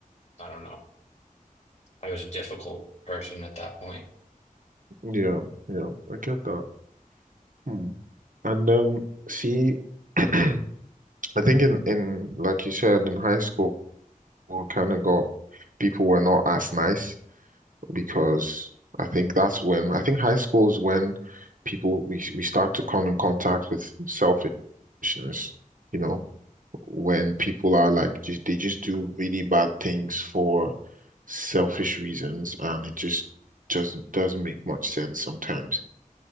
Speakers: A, on the left; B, on the right.
A: I don't know I was a difficult person at that point.
B: Yeah. Yeah. I get that. Hmm. And um, see, <clears throat> I think in in like you said in high school, kind of got people were not as nice because I think that's when I think high school is when people we we start to come in contact with selfishness. You know, when people are like just they just do really bad things for selfish reasons and it just doesn't doesn't make much sense sometimes.